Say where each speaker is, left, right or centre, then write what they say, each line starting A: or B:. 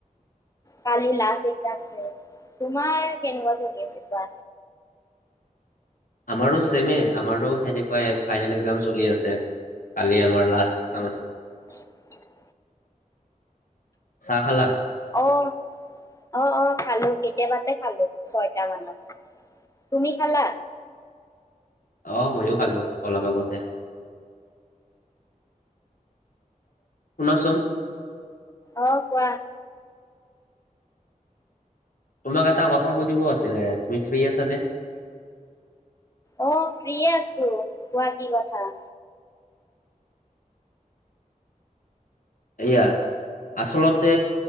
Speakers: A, on the left; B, on the left.
A: কালি লাষ্ট এক্সাম আছে। তোমাৰ কেনেকুৱা চলি আছে কোৱা?
B: আমাৰো ছেমে আমাৰো সেনেকুৱাই ফাইনেল এক্জাম চলি আছে কালি আমাৰ লাষ্ট এক্সাম আছে।
A: উ <inaudible>
B: চাহ খালা।
A: অহ - অহ - অহ খালো কেতিয়াবাতে খালো ছয়ট মানত। তুমি খালা?
B: অহ ', ময়ো খালো অলপ আগতে। শুনাচোন
A: অহ ', কোৱা?
B: তোমাক এটা কথা সুধিব আছিলে তুমি ফ্ৰী আছানে।
A: অহ ', প্ৰিয়ে আছো কোৱা কি কথা।
B: এয়া আচলতে